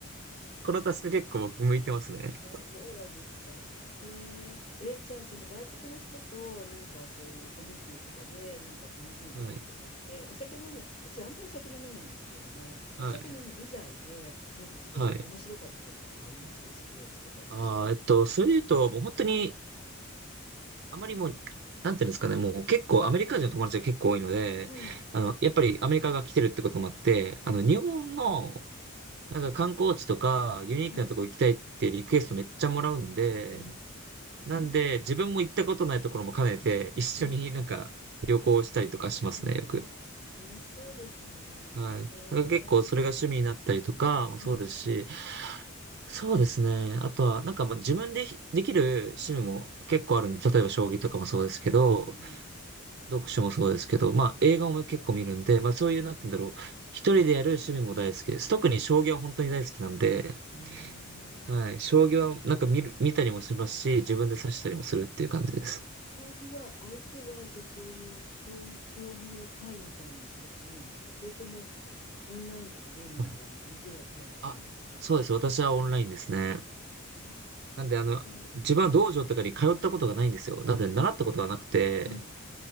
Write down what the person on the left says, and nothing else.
あそうなんですか。へえ。え、じゃあその外国の人となんかそういうコミュニティとかでなんか楽しむこととかって、
お酒飲む、私あんまお酒飲めないんですけれども、お酒飲む以外でなんかすごい面白かったこととかありますスポーツとか一緒に行ったりとか。
うん、
うん、
はい。うー
ん、
うん、うん。
あ、楽しそうですね。
へえ。
うん、
うん、うん、うん、
うん。
は
い。うーん。
うん。将棋は、相手は、じゃ、あそういう、将棋将棋の会みたいなの所属するんですか？それとも、オンラインとかゲームみたいなのでやっちゃうのがメインですか？
ど
ああー、そっか。
うん、うん、